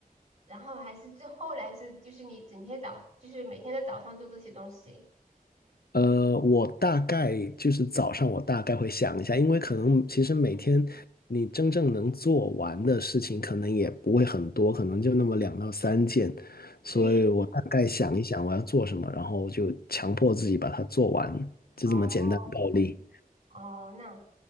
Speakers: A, on the right; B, on the left.
A: 然后还是之后来是就是你整天早就是每天的早上做这些东西。
B: 呃，我大概就是早上，我大概会想一下，因为可能其实每天你真正能做完的事情，
A: 嗯，
B: 可能也不会很多，可能就那么两到三件，所以我大概想一想我要做什么，
A: 对，
B: 然后就强迫自己把它做完，就这么简单暴力。
A: 哦哦，那